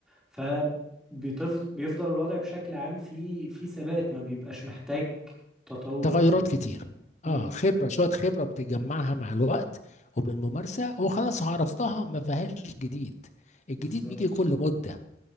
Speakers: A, in the centre; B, on the left.
A: فبيفضل بيفضل الوضع بشكل عام في في ثبات ما بيبقاش محتاج تطور
B: تغيرات
A: ك-
B: كتير
A: مم،
B: اه خبره شويه خبره بتجمعها مع الوقت وبالممارسه وخلاص عرفتها ما فيهاش جديد الجديد
A: بالظبط
B: بيجي كل مده